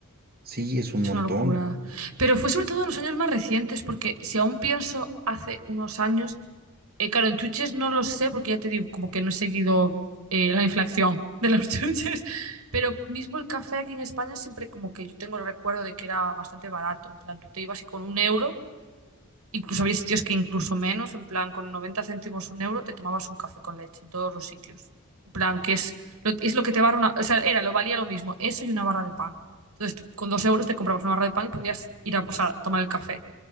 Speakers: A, on the right (about 45°); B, on the right (about 80°).
A: sí, es un
B: es
A: montón.
B: una locura. Pero fue sobre todo en los años más recientes, porque si aún pienso hace unos años, eh, claro, en chuches no lo sé, porque ya te digo, como que no he seguido eh, la inflación de los <laughs> chuches, pero mismo el café aquí en España siempre como que yo tengo el recuerdo de que era bastante barato, en plan, tú te ibas y con un euro Incluso había sitios que incluso menos, en plan, con 90 céntimos un euro te tomabas un café con leche en todos los sitios. En plan, que es lo, es lo que te barra una... O sea, era, lo valía lo mismo, eso y una barra de pan. Entonces, tú con dos euros te comprabas una barra de pan y podías ir a, o sea, tomar el café.